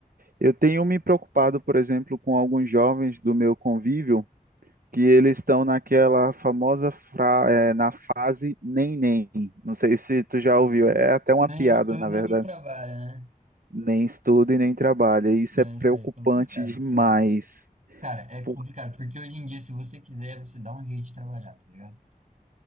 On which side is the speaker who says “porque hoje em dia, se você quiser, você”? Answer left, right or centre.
Right